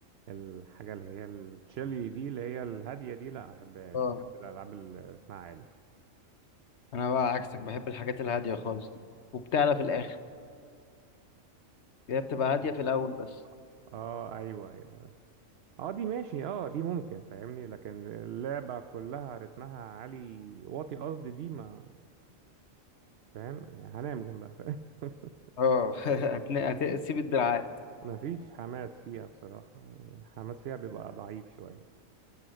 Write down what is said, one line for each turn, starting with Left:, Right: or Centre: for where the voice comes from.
Right: الحاجة اللي هي التشيلي دي اللي هي الهادية دي لا ما بحبهاش
Left: اه
Right: بحب الألعاب اللي رتمها عالي
Left: انا بقى عكسك بحب الحاجات الهاديه خالص دي وبتعلى في الاخر هي
Right: <laughs>
Left: بتبقى هاديه في الاول بس
Right: اه ايوه ايوه اه دي ماشي اه دي ممكن فاهمني لكن اللعبة كلها رتمها عالي واطي قصدي دي ما فاهم هنام جنبها فاهم؟ <laughs>
Left: اه <laughs> هت- هتسيب الدراعات
Right: مفيش حماس فيها بصراحة حماس فيها بيبقى ضعيف شوية